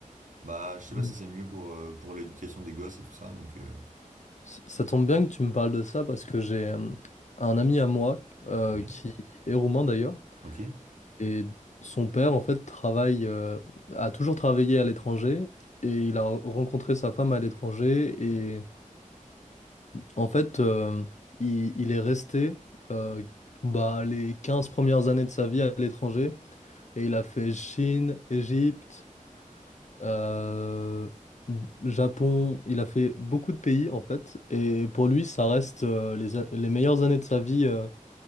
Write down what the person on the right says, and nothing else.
Bah, je sais pas
si c'est le mieux pour, euh, pour l'éducation des gosses et tout ça, donc... euh,
ouais.
Ok.